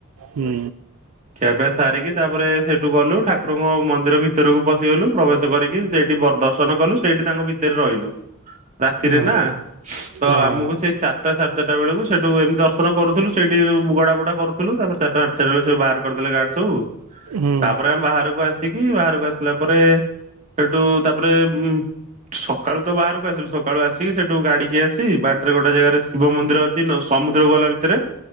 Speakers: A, on the right; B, on the right.
A: ହୁଁ।
B: ଖିଆପିଆ ସାରିକି ତା'ପରେ ସେଇଠୁ ଗଲୁ, ଠାକୁରଙ୍କ ମନ୍ଦିର ଭିତରକୁ ପଶିଗଲୁ। ପ୍ରବେଶ କରିକି ସେଇଠି ବରଦର୍ଶନ କଲୁ, ସେଇଠି ତାଙ୍କ ଭିତରେ ରହିଲୁ। ରାତିରେ
A: ହଁ
B: ନା! ତ
A: ହଁ
B: ଆମକୁ
A: ହଁ
B: ସେ ଚାରିଟା ସାଢେ ଚାରିଟା ବେଳକୁ ସେଠୁ ଏମିତି ଦର୍ଶନ କରୁଥିଲୁ। ସେଇଠି ଗଡା ବୁଡା କରୁ ଥୁଲୁ। ତା'ପରେ ତାରଟା ହାଟ ଚ୍ୟାନେଲେ ସବୁ ବାହାର କରଦେଲେ ଗାର୍ଡ ସବୁ।
A: ହୁଁ
B: ତା'ପରେ ଆମେ ବାହାରକୁ ଆସିି ଇକି ବାହାରକୁ ଆସିଲା ପରେ ସେଠୁ ତା'ପରେ ଉଁ, ସକାଳୁ ତ ବାହାରକୁ ଆସିଲୁ। ସକାଳ କାଳୁ ଆସିକି ସେଠୁ ଗାଡି କିଏ ଆସି, ବାଟରେ ଗୋଟେ ଜେଗାରେ ଶିବ ମନ୍ଦିର ଅଛି, ସମୁଦ୍ରକୁ ଗଲା ଭିତରେ